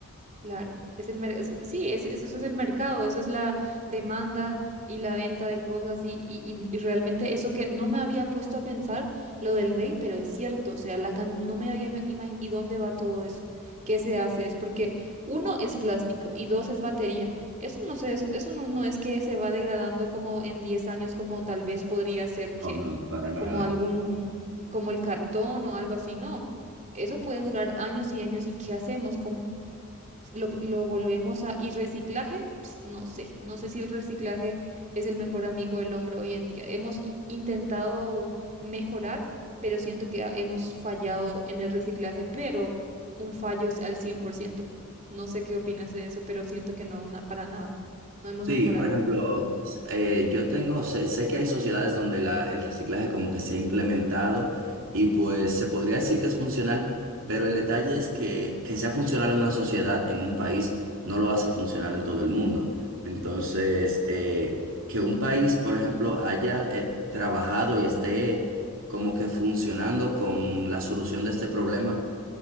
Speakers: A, on the right; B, on the right.
A: Claro, es el mer- es- sí, es, es- eso es el mercado, eso es la demanda y la venta de cosas y, y, y- y realmente eso que no me había puesto a pensar, lo del vape, pero es cierto, o sea, la can- no me había imaginado, ¿y dónde va todo eso? ¿Qué se hace? Es porque uno es plástico y dos es batería. Eso no se des- eso no, no es que se va degradando como en 10 años, como tal vez podría ser que,
B: No, no, para nada.
A: como algún, como el cartón o algo así, no. Eso puede durar años y años y ¿qué hacemos? lo, lo volvemos a... ¿Y reciclaje? Ps, no sé, no sé si el reciclaje es el mejor amigo del hombre hoy en día. Hemos i- intentado mejorar, pero siento que ha- hemos fallado en el reciclaje, pero un fallo es al cien por ciento No sé qué opinas de eso, pero siento que no, na- para nada. No hemos
B: Sí,
A: mejorado.
B: por ejemplo, s- eh, yo tengo, sé, sé que hay sociedades donde la, el reciclaje como que se ha implementado y pues se podría decir que es funcional, pero el detalle es que que sea funcional en una sociedad, en un país, no lo hace funcional en todo el mundo. Entonces, eh, que un país, por ejemplo, haya eh, trabajado y esté como que funcionando con la solución de este problema